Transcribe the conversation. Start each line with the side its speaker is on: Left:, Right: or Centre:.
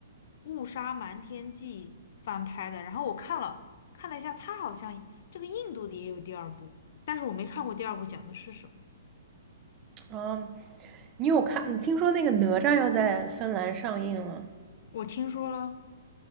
Left: 《误杀瞒天记》翻拍的，然后我看了看了一下，他好像这个印度的也有第二部，但是我没看过第二部讲的是什么。
Right: 啊，啊？你有看？听说那个哪吒要在芬兰上映了，
Left: 我听说了，